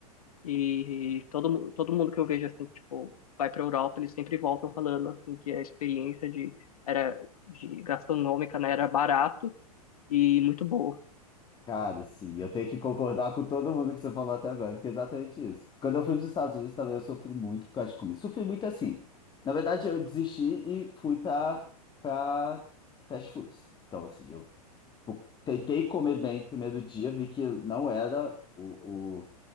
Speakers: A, on the left; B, on the left.
A: E todo, mu- todo mundo que eu vejo, assim, tipo, vai pra Europa, eles sempre voltam falando, assim, que a experiência de, era, de gastronômica, né, era barato e muito boa.
B: Cara, sim, eu tenho que concordar com todo mundo que você falou até agora, porque é exatamente isso. Quando eu fui para os Estados Unidos também eu sofri muito por causa de comida. Sofri muito assim. Na verdade, eu desisti e fui para para fast foods. Então, assim, eu tipo, tentei comer bem no primeiro dia, vi que não era o, o